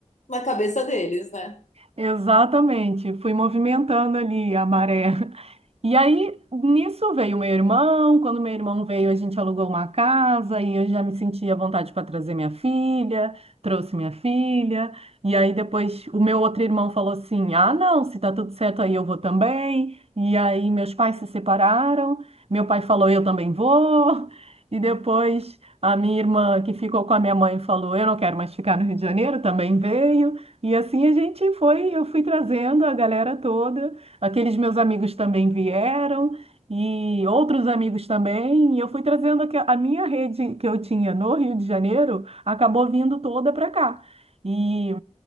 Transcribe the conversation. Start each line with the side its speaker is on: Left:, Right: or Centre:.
Left: na cabeça deles, né?
Right: exatamente, fui movimentando ali a maré. E aí, nisso veio meu irmão. Quando meu irmão veio, a gente alugou uma casa e eu já me sentia à vontade para trazer minha filha, trouxe minha filha. E aí, depois, o meu outro irmão falou assim: Ah, não, se tá tudo certo aí, eu vou também. E aí, meus pais se separaram. Meu pai falou: Eu também vou. E depois, a minha irmã, que ficou com a minha mãe, falou: Eu não quero mais ficar no Rio de Janeiro, também veio. E assim a gente foi, eu fui trazendo a galera toda. Aqueles meus amigos também vieram e outros amigos também. E eu fui trazendo aque- a minha rede que eu tinha no Rio de Janeiro, acabou vindo toda para cá. E,